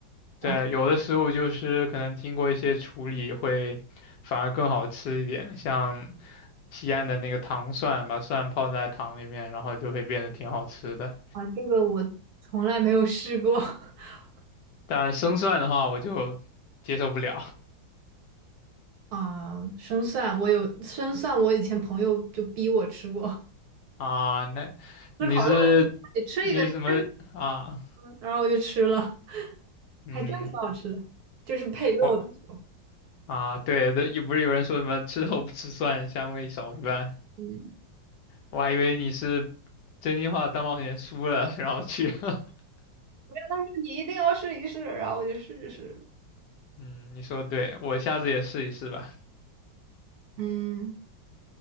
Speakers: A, on the right (about 65°); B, on the left (about 70°).
A: 然后
B: 对，有的食物就是可能经过一些处理会反而更好吃一点，像西安的那个糖蒜，把蒜泡在糖里面，然后就会变得挺好吃的。
A: 啊，这个我从来没有试过。<laughs>
B: 但生蒜的话，我就接受不了
A: 啊，生蒜我有生蒜，我以前朋友就逼我吃过，
B: 啊。那你是你是什么啊？
A: 吃烤肉的，你吃一个，你吃一个，然后我就吃了，
B: 嗯，
A: 还真挺好吃的，就是配肉的时候
B: 我啊，对的，又不是有人说什么吃肉不吃蒜，香味少一半，
A: 嗯。
B: 我还以为你是真心话大冒险输了，然后去 <laughs>
A: 他说你一定要试一试，然后我就试一试了
B: 嗯，你说的对，我下次也试一试吧。
A: 嗯，